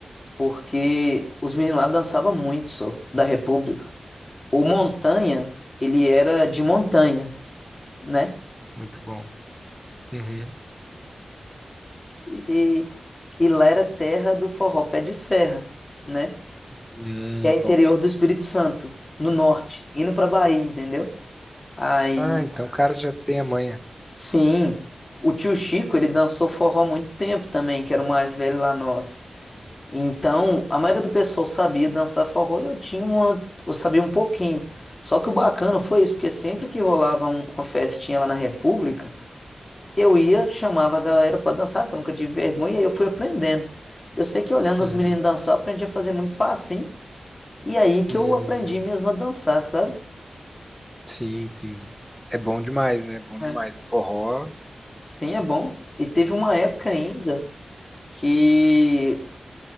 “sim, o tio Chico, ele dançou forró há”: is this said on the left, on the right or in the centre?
Left